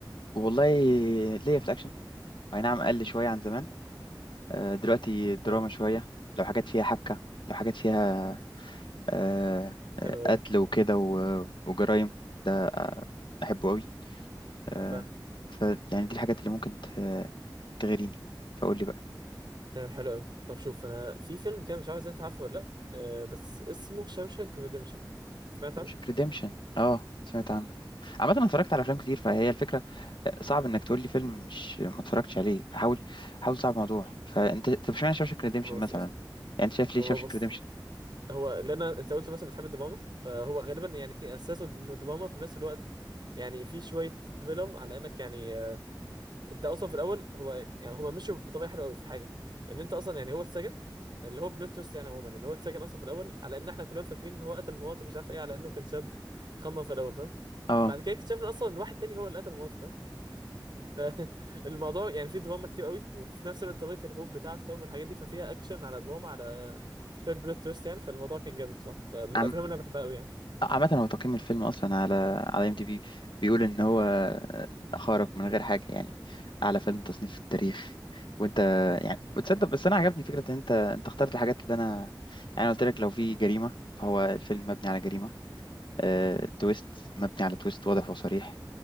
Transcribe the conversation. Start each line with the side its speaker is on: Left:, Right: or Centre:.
Left: والله ليا في الاكشن اي نعم قل شويه عن زمان آه دلوقتي دراما
Right: حلو
Left: شويه لو حاجات فيها حبكه لو حاجات فيها آه
Right: حلو
Left: آه،
Right: قوي
Left: قتل وكده و- وجرايم ده آه، احبه قوي آه
Right: فاهمك
Left: فيعني دي الحاجات اللي ممكن ت- تغريني فقول لي بقى
Right: تمام حلو قوي طب شوف انا في فيلم كده مش عارف اذا انت عارفه ولا لا آه، بس اسمه شاوشانك ريديمشن سمعت عنه
Left: مش ريديمشن اه سمعت عنه عامة انا اتفرجت على افلام كتير فهي الفكرة آه، صعب انك تقول لي فيلم مش ما اتفرجتش عليه فحاول حاول صعب الموضوع فانت طب اشمعنى شاوشانك ريديمشن
Right: خلاص
Left: مثلا
Right: قشطة
Left: يعني انت شايف ليه
Right: هو
Left: شاوشانك
Right: بص
Left: ريديمشن
Right: هو لان انت قلت مثلا بتحب الدراما فهو غالبا يعني <laughs> اساسه انه دراما في نفس الوقت يعني في شويه فيلم على انك يعني انت اصلا في الاول هو يعني هما مشوا بطريقه حلوه قوي في حاجه ان انت اصلا يعني هو اتسجن اللي هو بلوت تويست يعني عموما ان هو اتسجن اصلا في الاول على ان احنا كلنا فاكرين ان هو قتل مراته مش عارف ايه على انه كان شاب خمم في الاول فاهم
Left: اه
Right: بعد كده اكتشفنا اصلا ان واحد تاني هو اللي قتل مراته فاهم فالموضوع <laughs> يعني فيه دراما كتير قوي وفي نفس الوقت طريقه الهوب بتاعته فاهم والحاجات دي ففيها اكشن على دراما على شويه بلوت تويست يعني فالموضوع كان جامد بصراحه فمن
Left: عم...
Right: الافلام اللي انا بحبها قوي يعني
Left: عامة هو تقييم الفيلم اصلا على على ام دي بي بيقول ان هو آه، خارق من غير حاجة يعني اعلى فيلم تصنيف في التاريخ وانت يعني وتصدق بس انا عجبني فكرة ان انت انت اخترت الحاجات اللي انا يعني أنا قلت لك لو في جريمة فهو الفيلم مبني على جريمة آه، تويست مبني على تويست واضح وصريح